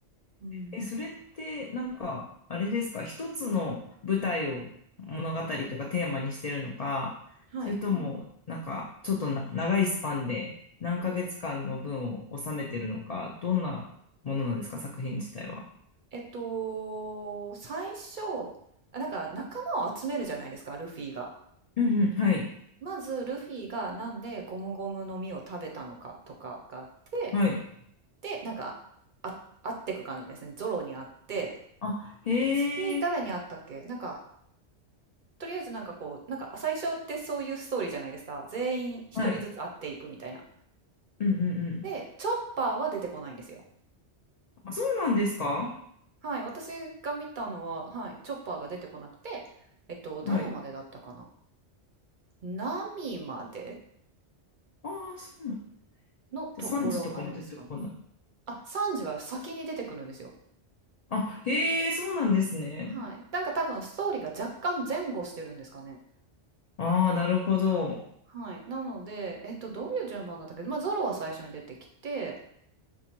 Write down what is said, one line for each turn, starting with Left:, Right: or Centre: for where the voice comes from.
Right: うん。
Left: え、それって、なんか、あれですか、一つの舞台を物語というかテーマにしてるのか、
Right: はい。
Left: それとも、なんか、ちょっとな長いスパンで何ヶ月間の分を収めてるのか、どんなものなんですか、作品自体は。
Right: えっと、最初、あなんか仲間を集めるじゃないですか、ルフィが。
Left: うんうん、はい。
Right: まず、ルフィがなんでゴムゴムの実を食べたのかとかがあって、
Left: はい。
Right: でなんかあ会ってく感じですねゾロに会って
Left: あ、へ
Right: 次誰に会ったっけなんか
Left: え、
Right: とりあえずなんかこうなんか最初ってそういうストーリーじゃないですか全員一人ずつ会っていくみたいな
Left: はい。うんうんうん。
Right: でチョッパーは出てこないんですよ
Left: あ、そうなんですか
Right: はい私が見たのは、はい、チョッパーが出てこなくてえっと誰までだったかな
Left: はい。
Right: ナミまで
Left: ああ、そうなん。
Right: のところまでですかね
Left: で、産地とかも出てこない。
Right: あサンジは先に出てくるんですよ
Left: あ、へえ、そうなんですね。
Right: はいなんか多分ストーリーが若干前後してるんですかね
Left: ああ、なるほど。
Right: はい。なので、えっと、どういう順番だったっけまあ、ゾロは最初に出てきて、